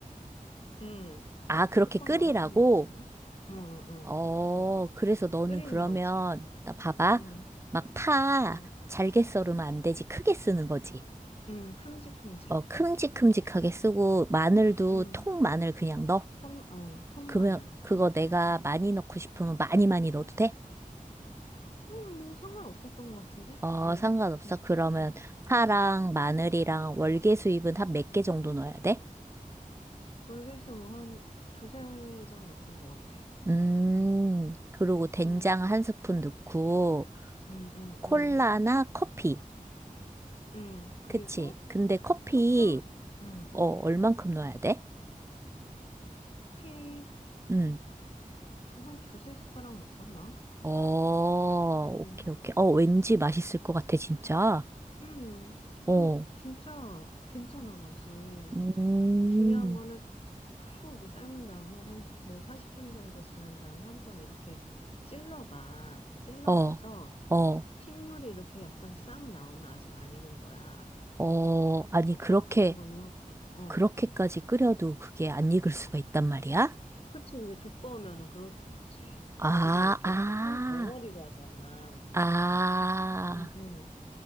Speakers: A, on the left; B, on the right.
A: 응.
B: 아, 그렇게
A: 뚜껑
B: 끓이라고?
A: 열었던 것 같은데? 응, 응, 응.
B: 어,
A: 응.
B: 그래서 너는
A: 끓이는
B: 그러면,
A: 거지.
B: 나 봐봐.
A: 응,
B: 막 파,
A: 응,
B: 잘게 썰으면 안 되지. 크게 쓰는 거지.
A: 응, 큼직큼직.
B: 어, 큼직큼직하게
A: 어,
B: 쓰고 마늘도
A: 응, 음.
B: 통 마늘 그냥 넣어.
A: 통, 어, 통마늘.
B: 그러면 그거
A: 어,
B: 내가
A: 응.
B: 많이 넣고 싶으면 많이 많이 넣어도 돼?
A: 응, 뭐 상관없었던 것 같은데?
B: 어,
A: 어,
B: 상관없어.
A: 응,
B: 그러면 파랑
A: 응.
B: 마늘이랑 월계수잎은 한 몇 개 정도 넣어야 돼?
A: 월계수 뭐한 두세 장 났던 것 같아.
B: 음,
A: 응,
B: 그리고 된장
A: 응,
B: 한 스푼 넣고
A: 응, 응,
B: 콜라나
A: 응.
B: 커피.
A: 응, 그리고
B: 그치? 근데 커피
A: 조금, 응,
B: 어,
A: 응.
B: 얼만큼 넣어야 돼?
A: 커피,
B: 음.
A: 그 한 두세 숟가락 넣었었나?
B: 어, 오케이,
A: 응.
B: 오케이. 어, 왠지 맛있을 것 같아, 진짜.
A: 음,
B: 어.
A: 그, 진짜 괜찮아, 맛이.
B: 음.
A: 어, 중요한 거는 푹 이렇게 삶은 다음에 한, 뭐 40분 정도 지난 다음에 한번 이렇게 찔러봐. 찔러봐서
B: 어, 어,
A: 핏물이 이렇게 약간 싹 나오면 아직 안 익은 거야.
B: 어,
A: 이렇게
B: 아니,
A: 젓가락
B: 그렇게,
A: 같은 걸로. 어,
B: 그렇게까지 끓여도 그게 안 익을 수가 있단 말이야?
A: 그치, 그게 두꺼우면은 그럴 수도 있지.
B: 아,
A: 그게 이렇게
B: 아,
A: 한 덩어리로 하잖아.
B: 아,
A: 응, 응.